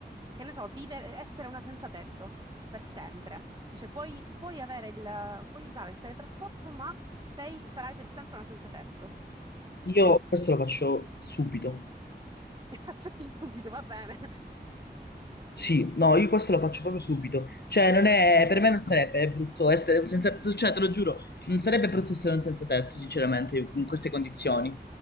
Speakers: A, on the right; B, on the left.
A: Che ne so, vivere, essere una senza tetto per sempre. Dice, puoi, puoi avere il, puoi usare il teletrasporto, ma sei- sarai per sempre una senza tetto.
B: Io questo lo faccio subito.
A: <laughs> Accetti il dubito, va bene.
B: Sì, no, io questo lo faccio proprio subito. Cioè, non è, per me non sarebbe brutto essere un senza tetto, cioè, te lo giuro, non sarebbe brutto essere un senza tetto, sinceramente, in queste condizioni.